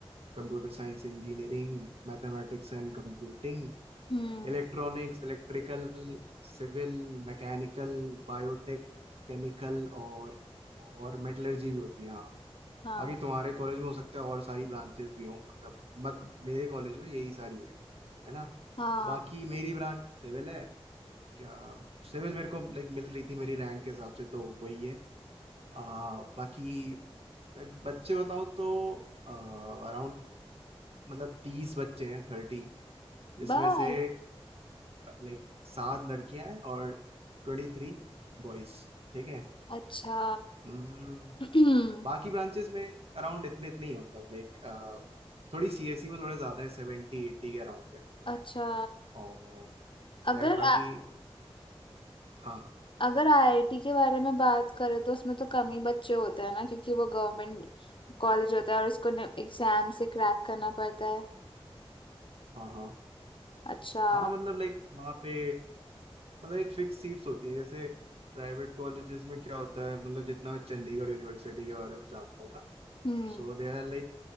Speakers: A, on the right (about 70°); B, on the left (about 55°).
A: computer science engineering mathematics and computing
B: हम्म
A: electronics electrical civil mechanical biotech chemical और और मेटलर्जी भी होती है हाँ।
B: हाँ
A: बाकी तुम्हारे कॉलेज में हो सकता है और सारी ब्रांचेस भी हों मतलब मत मेरे कॉलेज में यही सारी है है ना
B: हाँ
A: बाकी मेरी ब्रांच सिविल है क्या सिविल मेरे को लाइक मिल रही थी मेरी रैंक के हिसाब से तो वही है आ, बाकी like, बच्चे बताऊं तो अराउंड मतलब तीस बच्चे हैं थर्टी जिसमें
B: बाल
A: से लाइक सात लड़कियां हैं और ट्वेंटी थ्री बॉयज ठीक है
B: अच्छा
A: हम्म,
B: <clears throat>
A: बाकी ब्रांचेस में अराउंड इतने इतने ही हैं मतलब लाइक थोड़ी सीएससी में थोड़ा ज्यादा है सेवेंटी एट्टी के अराउंड है
B: अच्छा
A: और
B: अगर
A: लाइक बाकी
B: आ,
A: हाँ
B: अगर आईआईटी के बारे में बात करें तो उसमें तो कम ही बच्चे होते हैं ना क्योंकि वो गवर्नमेंट कॉलेज होता है और उसको एग्जाम से क्रैक करना पड़ता है
A: हाँ हाँ
B: अच्छा
A: हाँ मतलब लाइक वहाँ पे मतलब एक फिक्स सीट्स होती हैं जैसे प्राइवेट कॉलेजेस में क्या होता है मतलब जितना मैं चंडीगढ़ यूनिवर्सिटी के बारे में जानता हूँ ना
B: हम्म
A: सो दे आर लाइक